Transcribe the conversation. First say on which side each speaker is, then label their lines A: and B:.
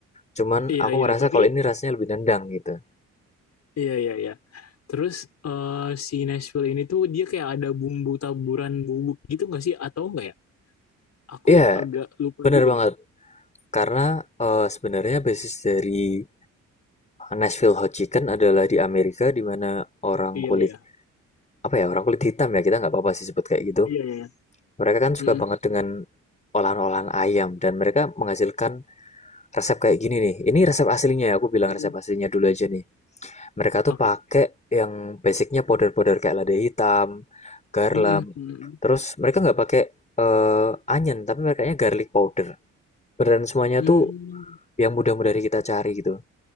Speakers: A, on the left; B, on the left.
A: Cuman
B: iya
A: aku
B: iya,
A: ngerasa
B: tapi
A: kalau ini rasanya lebih nendang gitu.
B: iya iya iya. Terus eh, si Nashville ini tuh dia kayak ada bumbu taburan bubuk gitu nggak sih? Atau enggak ya? Aku
A: Iya,
B: agak lupa
A: bener
B: juga
A: banget,
B: nih.
A: karena eh, sebenarnya basis dari Nashville Hot Chicken adalah di Amerika di mana orang
B: Iya
A: kulit
B: iya
A: apa ya orang kulit hitam ya kita nggak apa-apa sih sebut kayak gitu
B: iya iya.
A: Mereka kan
B: Mm-mm.
A: suka banget dengan olahan-olahan ayam dan mereka menghasilkan resep kayak gini nih. Ini resep aslinya ya, aku bilang
B: Mm.
A: resep aslinya dulu aja nih. Mereka tuh
B: Oke.
A: pakai yang basicnya powder-powder kayak lada hitam, garam.
B: Mm-mm. Mm-mm.
A: Terus mereka nggak pakai eh, onion, tapi mereka nya garlic powder. Beneran semuanya
B: Mm.
A: tuh
B: Mm.
A: yang mudah-mudah kita cari gitu.